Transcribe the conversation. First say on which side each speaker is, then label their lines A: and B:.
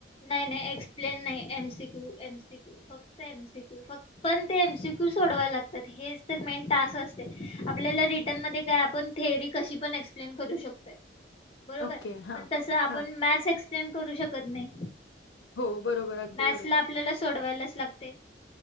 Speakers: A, on the left; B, on the left.
A: नाई-नाई एक्सप्लेन नाही आहे. N C Q, M C Q, फक्त एम सी क्यू फक्त पण ते एम सी क्यू सोडवावे लागतात. मेन टास असते. आपल्याला रिटर्न मध्ये काय आपण थेरी कशी पण एक्सप्लेन करू शकतोय. बरोबर
B: ओके हां
A: पण तस आपण
B: हां
A: मॅसेंच सेम करू शकत नाही.
B: हो बरोबर अगदी
A: मॅथ्सला
B: बरोबर
A: आपल्याला सोडवायलाच लागते